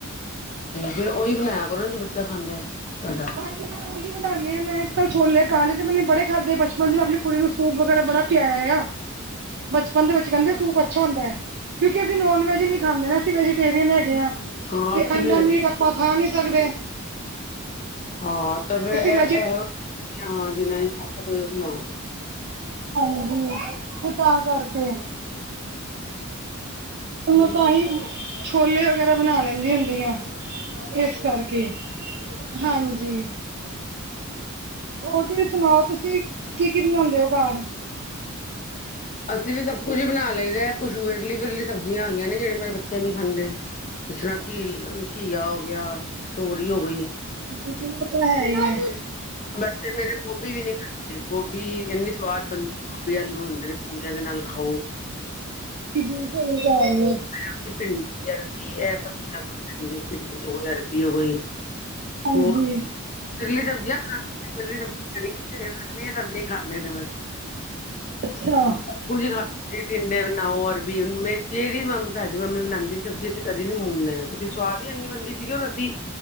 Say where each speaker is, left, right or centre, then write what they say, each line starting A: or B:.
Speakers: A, on the left (about 35°); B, on the right (about 50°).
A: ਫੇਰ ਓਈ ਬਣਾਇਆ ਕਰੋ, ਜੋ ਬੱਚਾ ਖਾਂਦਾ ਏ ਤੁਆਡਾ।
B: <unintelligible> ਦੀ ਬਨਾਉਂਣੇ ਆਂ ਮੈਂ, ਚਲ ਛੋਲੇ ਕਾਲੇ ਤੇ ਮੈਨੇ ਬੜੇ ਖਾਧੇ ਬਚਪਨ 'ਚ। ਮੈਂ ਆਪ ਕੁੜੀ ਨੂੰ ਸੂਪ ਵਗੈਰਾ ਬੜਾ ਪਿਆਇਆ ਆ। ਬਚਪਨ ਦੇ ਵਿੱਚ ਕੈਂਦੇ ਸੂਪ ਅੱਛਾ ਹੁੰਦਾ ਐ। ਕਿਉਂਕਿ ਅਸੀ ਨੋਨ ਵੈਜ ਨੀ ਖਾਂਦੇ ਨਾ, ਅਸੀ ਵੈਜੀਟੇਰੀਅਨ ਹੈਗੇ ਆਂ।
A: ਹਾਂ
B: ਤੇ
A: ਅਸੀਂ
B: ਠੰਡਾ
A: ਵੀ
B: ਮੀਟ
A: ਹਜੇ
B: ਆਪਾਂ ਖਾ ਨੀ ਸਕਦੇ।
A: ਹਾਂ ਤੇ ਫੇਰ
B: ਅਸੀਂ
A: ਐ
B: ਵੈਜੀ
A: ਐਹੋ ਹਾਂ ਜਿਨਾ ਦੀ ਤਾਕਤ ਹੋਏ ਓ ਬਣਾਓ ਫੇਰ।
B: ਹਾਂਜੀ ਤੇ ਤਾਂ ਕਰਕੇ।
A: ਜ਼ੀਰੋ
B: ਮੈਂ ਤਾਂਹੀ
A: ਟੂ ਸਿਕਸ
B: ਛੋਲੇ ਵਗੈਰਾ ਬਣਾ ਲੈਂਦੀ ਹੁੰਦੀ ਆ। ਏਸ ਕਰਕੇ, ਹਾਂਜੀ। ਹੋਰ ਤੁਈ ਸੁਣਾਓ ਤੁਸੀਂ ਕੀ ਕੀ ਬਣਾਾਦੇ ਓ ਘਾਰ।
A: ਅਸੀਂ ਵੀ ਸਭ ਕੁਝ ਈ ਬਣਾ ਲਈਦਾ, ਕੁਛਏ ਵਿਰਲੀ ਵਿਰਲੀ ਸਬਜ਼ੀਆਂ ਆ ਗੀਆਂ ਨੇ ਜੜੇ ਮੇਰੇ ਬੱਚੇ ਨੀ ਖਾਂਦੇ। ਜਿਸਰ੍ਹਾਂ ਘੀ ਘੀਆ ਹੋ ਗਿਆ, ਤੋਰੀ ਹੋ ਗਈ।
B: ਬਿਲਕੁਲ ਓ ਤੇ ਹੈ ਈ ਐ।
A: ਬੱਚੇ ਮੇਰੇ ਗੋਭੀ ਵੀ ਨੀ ਖਾਂਦੇ, ਗੋਭੀ ਏਨੀ ਸਵਾਦ ਬਣਦੀ ਗੋਭੀ ਆਲੂ ਹੁੰਦੇ ਨੇ। ਹੁੁਣ ਏਦੇ ਨਾਲ ਖਾਓ।
B: ਕੀ ਜੀ ਕਰੀ ਜਾਵੇ।
A: ਮੇੇਰੇ ਬੱਚੇ ਭਿੰਡੀ, ਅਰਬੀ ਐ ਸਬਜ਼ੀਆਂ, ਭਿੰਡੀ ਹੋ ਗਈ, ਅਰਬੀ ਹੋ ਗਈ।
B: ਹਾਂਜੀ।
A: ਹੋਰ <unintelligible>
B: ਅੱਛਾ।
A: ਕੁਝ ਨੀ ਖਾਂਦੇ ਟਿੰਡੇ ਬਣਾਓ, ਅਰਬੀ ਮੈਂ ਜੇੜੀ ਮੰਗ ਸਾਡੀ ਮੰਮੀ ਬਣਾਂਦੀ ਸਬਜ਼ੀ ਅਸੀਂ ਕਦੀ ਨੀ ਮੂ ਬਣਾਇਆ, ਕਿਉਂਕਿ ਸਵਾਦ ਈ ਏਨੀ ਬਣਦੀ ਸੀ। ਔਰ ਅਸੀਂ